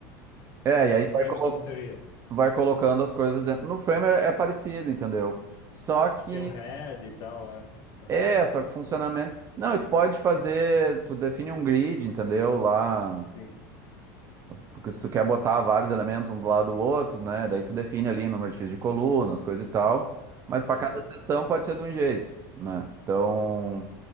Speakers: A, on the right; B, on the left.
A: é,
B: E
A: e aí
B: no
A: tu vai,
B: frame
A: colo-
B: como seria?
A: tu vai colocando as coisas dentro. No Framer é parecido, entendeu? Só que,
B: Tem o head e tal, é. É,
A: é, só que funcionamento. Não, e tu pode fazer, tu define um grid, entendeu? Lá.
B: Sim.
A: Porque se tu quer botar vários elementos um do lado do outro, né? Daí tu define ali número X de colunas, coisa e tal. Mas para
B: Aham.
A: cada seção pode ser de um jeito, né? Então,